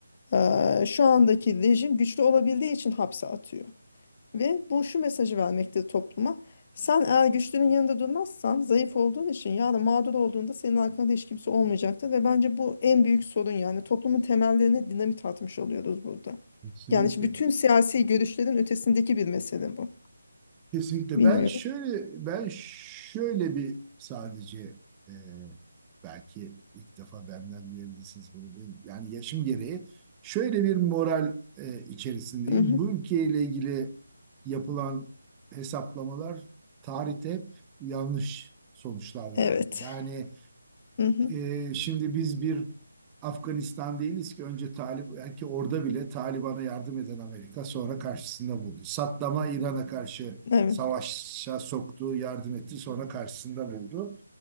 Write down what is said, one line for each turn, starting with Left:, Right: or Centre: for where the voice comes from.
Left: eee, şu andaki rejim güçlü olabildiği için hapse atıyor. Ve bu şu mesajı vermekte topluma. Sen eğer güçlünün yanında durmazsan zayıf olduğun için yarın mağdur olduğunda senin arkanda hiç kimse olmayacaktır. Ve bence bu en büyük sorun yani toplumun temellerine dinamit atmış oluyoruz burada.
Right: Kesinlikle.
Left: Yani şimdi bütün siyasi görüşlerin ötesindeki bir mesele bu.
Right: Kesinlikle.
Left: Bilmiyorum.
Right: Ben şöyle ben şöyle bir sadece e, belki ilk defa benden duyabilirsiniz bunu. Ben- Yani yaşım gereği şöyle bir moral e, içerisindeyim.
Left: Mhm.
Right: Bu ülkeyle ilgili yapılan hesaplamalar tarihte hep yanlış sonuçlar
Left: Evet.
Right: verdi. Yani
Left: Mhm.
Right: ee, şimdi biz bir Afganistan değiliz ki önce Talib belki orada bile Taliban'a yardım eden Amerika sonra karşısında buldu. Saddam'a İran'a karşı
Left: Evet.
Right: savaşa soktu, yardım etti, sonra karşısında buldu.